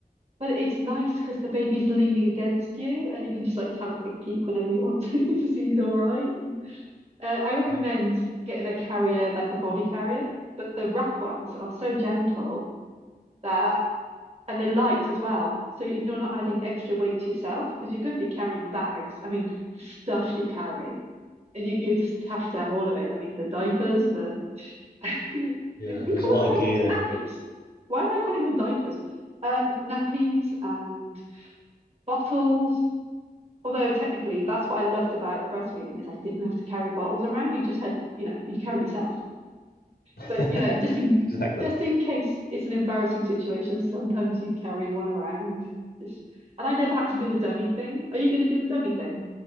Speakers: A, on the right; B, on the left.
A: But it's nice because the baby's leaning against you and you can just like have a quick peek whenever you want to <laughs> to see he's all right. Uh, I recommend
B: Y-
A: getting a carrier, like a body carrier, but the wrap ones are so gentle that and they're light as well. So you- are not adding extra weight to yourself because you're going to be carrying bags. I mean, the stuff you carry, you, you just have to have all of it. I mean, the diapers, the <laughs> do
B: Yeah,
A: we
B: there's
A: call
B: a lot
A: them diapers?
B: of gear.
A: Nappies. Why am I calling them diapers? Um, nappies and bottles. Although technically, that's what I loved about the breastfeeding is I didn't have to carry bottles around. You just had, you know, you carried yourself.
B: <laughs>
A: But you know, just in
B: Exactly.
A: just in case it's an embarrassing situation, sometimes you'd carry one around. Just and I never had to do the dummy thing. Are you going to do the dummy thing?